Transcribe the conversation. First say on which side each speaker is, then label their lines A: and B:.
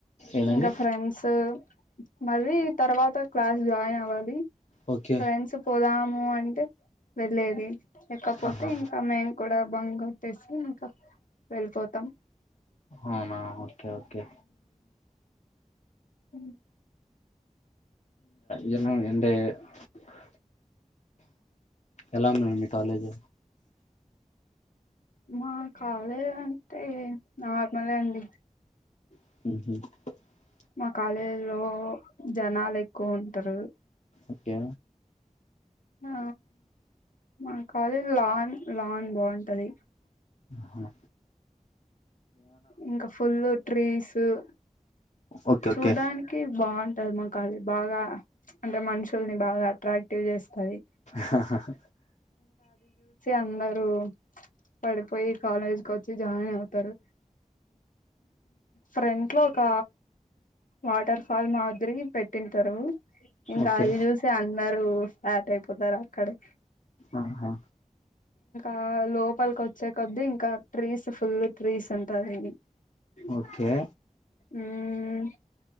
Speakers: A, on the left; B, on the left.
A: ఏదండి
B: ఇంకా ఫ్రెండ్స్ మళ్ళీ తర్వాత క్లాస్ జాయిన్ అవ్వాలి
A: ఓకే
B: ఫ్రెండ్స్ పోదాము అం వెళ్లేది లేకపోతే
A: ఆహా
B: ఇంకా మేము కూడా బంగారు తెసి <unintelligible> వెళ్ళిపోతాం
A: అవునా ఓకే ఓకే
B: ఉ
A: ఏన్న ఎంట <unintelligible> ఎలా ఉందండి మీ కాలేజ్
B: మా కాలేజ్ అంటే నార్మలే అండి
A: హ
B: మా కాలేజీలో జనాలు ఎక్కువ ఉంటరు
A: ఓకే
B: ఆ మన కాలేజ్ లాన్ లాన్ బాగుంటది
A: హ
B: ఇంకా ఫుల్ ట్రీస్ హ్
A: ఓకే
B: చూడ్డానికి
A: ఓకే
B: బాగుం ధర్మకాళి బాగా అంటే మనుషుల్ని బాగా అట్రాక్టివ్ చేస్తది
A: హ హ హ
B: అందరు పడిపోయి కాలేజ్కి వచ్చి జాయిన్ అవుతారు ఫ్రంట్ లో ఒక వాటర్ ఫాల్ మాదిరి పెట్టింటారు ఇంకా
A: ఓకే
B: అది చూసి అందరూ ఫ్లాట్ అయిపోతారు అక్కడే
A: ఆహా
B: ఆ లోపలికి వచ్చే కొద్ద్దీ ఇంకా ట్రీస్ ఫుల్ గ ట్రీస్ ఉంటది
A: ఓకే
B: మ్మ్